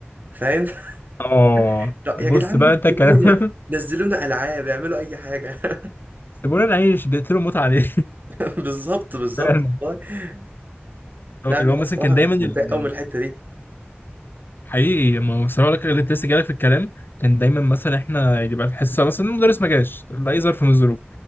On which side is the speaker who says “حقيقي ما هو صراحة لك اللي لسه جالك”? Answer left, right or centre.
Left